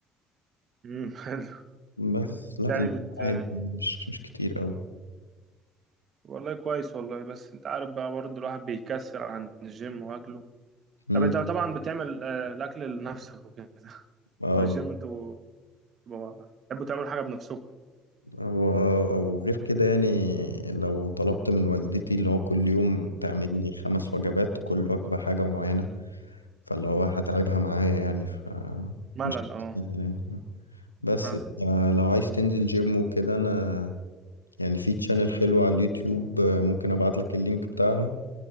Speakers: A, on the right; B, on the left.
A: مم. <laughs> حلو
B: بس لا
A: يعني
B: ال-
A: بت...
B: عادي يعني مش مش كتير أوي
A: والله كويس والله بس انت عارف بقى برضو الواحد بيكسر عن الجيم واكله
B: مم.
A: طب انت طبعا بتعمل آه، الاكل لنفسك وكده <laughs>
B: آه،
A: بتوع الجيم انتوا بتبقوا- بتحبوا تعملوا حاجة بنفسكم
B: هو آه، أو غير كده يعني لو طلبت من والدتي اللي هو كل يوم تعمل لي خمس وجبات كل وجبة حاجة معينة فاللي هو هتعبها معايا يعني ف
A: ملل
B: مش
A: اه
B: يعني بس
A: ملل
B: آه، لو عايز تنزل جيم وكده أنا يعني في تشانل حلو على اليوتيوب آه، ممكن أبعت لك اللينك بتاعها